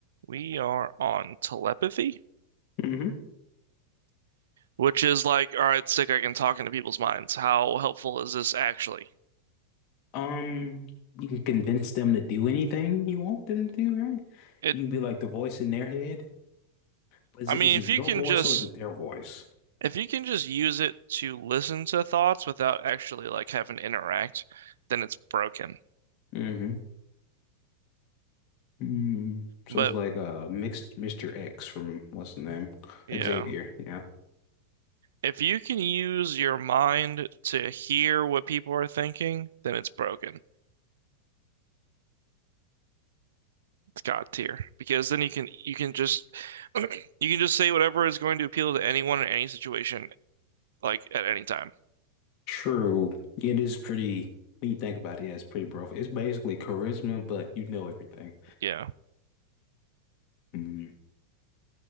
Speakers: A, on the right (about 80°); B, on the left (about 50°).
A: We are on telepathy,
B: hmm
A: which is like, all right, sick, I can talk into people's minds. How helpful is this actually?
B: Um, you can convince them to do anything you want them to do, right?
A: It,
B: You can be like the voice in their head. But is
A: I
B: it
A: mean,
B: is
A: if
B: it your
A: you can
B: voice
A: just
B: or is it their voice?
A: if you can just use it to listen to thoughts without actually like having to interact, then it's broken.
B: hmm mm So
A: But
B: it's like uh mixed Mr. X from what's the name?
A: yeah,
B: Xavier. Yeah.
A: if you can use your mind to hear what people are thinking, then it's broken. It's God tier because then you can you can just <clears throat> you can just say whatever is going to appeal to anyone in any situation, like at any time.
B: True. It is pretty when you think about it, yeah, it's pretty broad. It's basically charisma, but you know everything.
A: Yeah.
B: Mm.